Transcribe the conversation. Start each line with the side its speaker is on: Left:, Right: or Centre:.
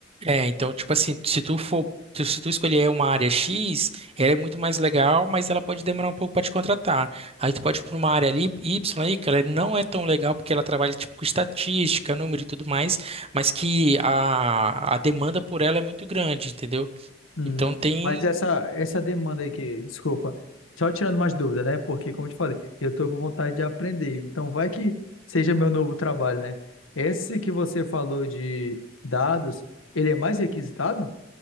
Right: é, então tipo assim, se tu for tu- Se tu escolher uma área X, ela é muito mais legal, mas ela pode demorar um pouco para te contratar. Aí tu pode ir para uma área ali, Y aí, que ela não é tão legal porque ela trabalha tipo com estatística, número e tudo mais, mas que a, a demanda por ela é muito grande, entendeu?
Left: Hum,
Right: Então tem.
Left: mas essa essa demanda aí que, desculpa, só tirando mais dúvidas, né? Porque, como eu te falei, eu tô com vontade de aprender. Então, vai que seja meu novo trabalho, né? Esse que você falou de dados, ele é mais requisitado